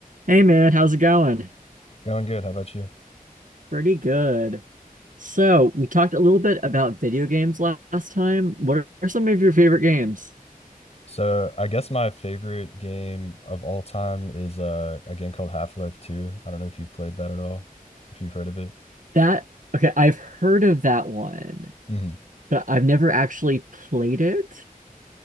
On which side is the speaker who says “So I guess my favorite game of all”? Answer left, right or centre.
Left